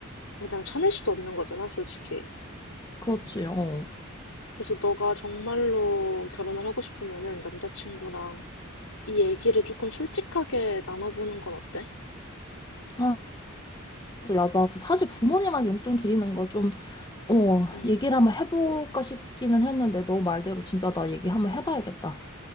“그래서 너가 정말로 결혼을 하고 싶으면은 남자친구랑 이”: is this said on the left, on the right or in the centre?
Left